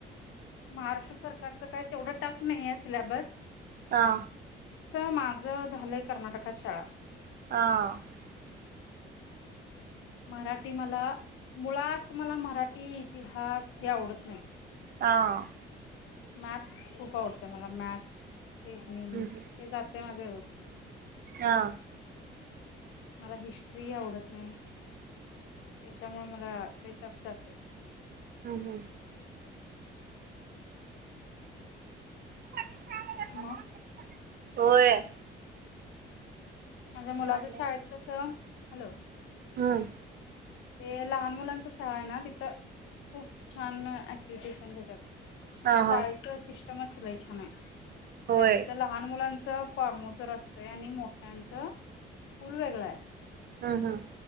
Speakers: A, on the left (about 80°); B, on the right (about 50°).
A: महाराष्ट्र सरकारचं काय तेवढ टफ नाही आहे सिलेबस
B: हा
A: माझं झालंय कर्नाटकात शाळा
B: हा
A: मराठी मला मुळात मला मराठी इतिहास हे आवडत नाही.
B: हा.
A: मॅथस खूप आवडत मला मॅथस रेसनिंग
B: हं, हं.
A: हे जात माझे <inaudible>
B: हा.
A: मला हिस्ट्री आवडत नाही, त्याच्यामुळे मला लय टफ जातय.
B: ह हं. <unintelligible>
A: मग
B: होय.
A: माझ्या मुलाच
B: काय
A: शाळेत कसं हॅलो.
B: हम्म.
A: ते लहान मुलांच शाळा आहे ना, तिथं खूप छान ऍक्टिव्टीट्यूशन पण घेतात.
B: हा,
A: त्यां शाळेच
B: हा.
A: सिस्टमच लई छान आहे
B: होय.
A: त्यांच लहान मुलांच फॉर्मसर असतं आणि मोठ्यांच स्कूल वेगळं आहे.
B: हं हं.